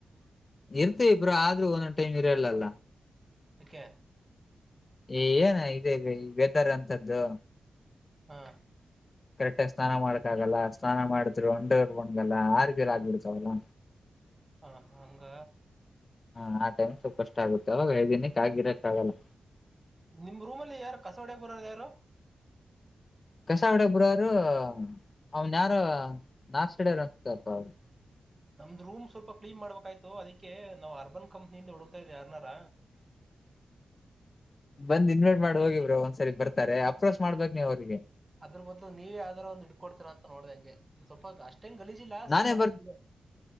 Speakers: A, on the left; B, on the right.
A: ಇರ್ತ ಇಬ್ರ ಆದ್ರೂ ಒಂ ಟೈಮ ಇರಲ್ಲಲ್ಲ
B: ಕ್ಕೆೆ
A: ಏನ ಇದೆ ಬತರ್ ಅಂತದ್ದು
B: ಹಾ
A: ಕರೆಕ್ಟ್ ಆಗಿ ಸ್ನಾನ ಮಾಡಕ ಆಗಲ್ಲ ಸ್ನಾನ ಮಾಡಿದ್ರು ಅಂಡವರ್ ಬಣಗಲ್ಲ ಆರ್ಗಲ್ ಆಗ್ಬಿಡ್ತಾವಲ್ಲ
B: ಹಾ ಹಂಗ
A: ಹಾ ಆಟೈಮ್ ಸ್ವಲ್ಪ ಕಷ್ಟ ಆಗುತ್ತೆ ಅವಾಗ ಐದಿನಿಕ್ಕೆ ಆಗಿರಕ್ ಆಗಲ್ಲ
B: ನಿಮ್ ರೂಮ್ ಅಲ್ಲಿ ಯಾರು ಕಸೋಡ ಬರದ ಯಾರು
A: ಕಸಗಡಬರರು ಅವನ್ಯಾರ ನಾರ್ಸಡರು ಹತಪ್ಪ ಅವರು
B: ನಮ್ದ್ ರೂಮ್ ಸ್ವಲ್ಪ ಕ್ಲೀನ್ ಮಾಡ್ಬೇಕಾಯ್ತು ಅದಕ್ಕೆ ನಾವವು ಅರ್ಬನ್ ಕಂಪ್ನಿಯಿಂದ ಹಡತಾ ಇದ್ವಿ ಯಾರನಾರ
A: ಬಂದ್ ಇನ್ವೇಟ್ ಮಾಡಿ ಹೋಗಿವ್ರರು ಒಂದ್ಸರಿ ಬರ್ತಾರೆ ಅಪ್ರೋಚ್ ಮಾಡ್ಬಕ್ ನೀವ ಅವ್ರಿಗೆ
B: ಅದ್ರ ಬದಲು ನೀವು ಯಾವ್ದಾರ ಒಂದು ಇಡ್ಕಡ್ತೀರ ಅಂತ ನೋಡ್ದ ಹಂ ಸ್ವಲ್ಪ ಅಷ್ಟ ಗಲೀಜಿಲ್ಲ ಸ್ವಲ್ಪ
A: ನಾನೇ
B: ಮಟ್ಟ
A: ಬರ್
B: ಇ